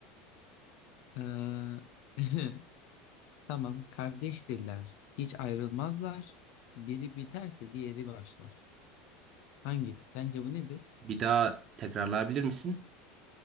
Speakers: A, on the left; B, on the right.
A: Ee, <laughs> Tamam kardeştirler. Hiç ayrılmazlar. Biri biterse diğeri başlar. Hangisi? Sence bu nedir?
B: Bir daha tekrarlayabilir misin?